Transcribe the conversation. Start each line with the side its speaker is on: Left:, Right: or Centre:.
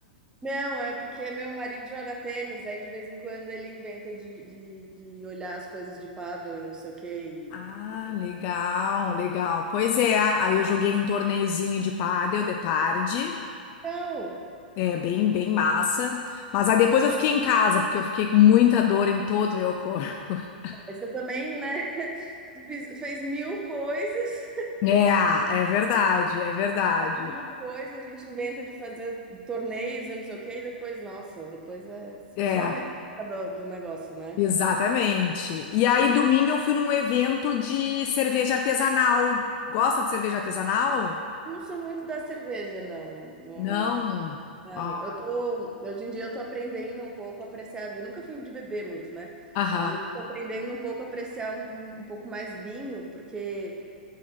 Right: Não, é porque meu marido joga tênis, aí de vez em quando ele inventa de, de, de olhar as coisas de paddle e não sei o quê. E...
Left: Ah,
Right: e-
Left: legal, legal. Pois é, aí eu joguei um torneiozinho de pádel de tarde.
Right: Legal!
Left: É bem, bem massa. Mas aí depois eu fiquei em casa, porque eu fiquei com muita dor em todo o meu corpo. <laughs>
Right: Mas eu também, né? <laughs> Fiz, fez mil coisas.
Left: É, é verdade, é verdade.
Right: Alguma coisa a gente inventa de fazer torneios e não sei o quê, e depois, nossa, depois é só
Left: É,
Right: a ressaca do, do negócio, né?
Left: exatamente. E aí domingo eu fui num evento de cerveja artesanal. Gosta de cerveja artesanal?
Right: Eu não sou muito da cerveja, não. Não,
Left: Não.
Right: não.
Left: Ó,
Right: Eu tô, hoje em dia eu tô aprendendo um pouco a apreciar vinho. Nunca fui de beber muito, né?
Left: Aham,
Right: Hoje em dia eu tô aprendendo um pouco a apreciar um, um um pouco mais vinho, porque